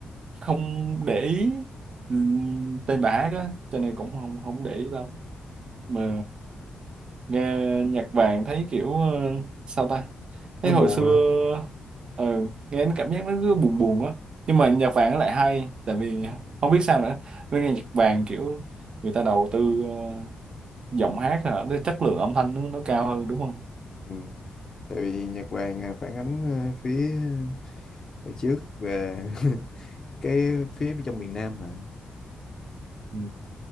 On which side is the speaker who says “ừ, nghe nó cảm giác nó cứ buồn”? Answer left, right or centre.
Right